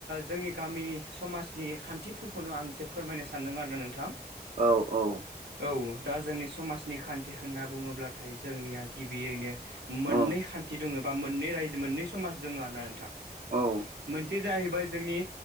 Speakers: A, on the right; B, on the right.
A: जोंनि गामिनि समाजनि खान्थिफोरखौनो आं एसे फोरमायनो सान सानदों आरोना नोंथां
B: औ औ
A: औ दा जोंनि समाजनि खान्थि होनना बुंङोब्लाथाय जोंनिया गिबियैनो मोननै
B: औ
A: खान्थि दंङो बा मोननै रजो मोननै समाज दंङो होनना नोंथां
B: औ
A: मोनसे जाहैबाय जोंनि